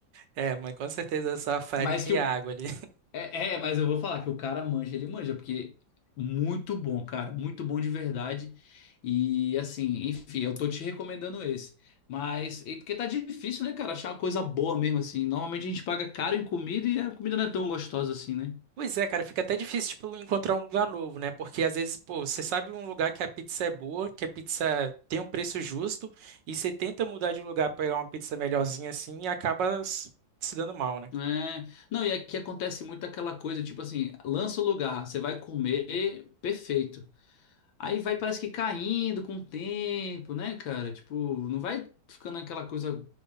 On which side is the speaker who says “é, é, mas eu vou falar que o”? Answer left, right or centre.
Left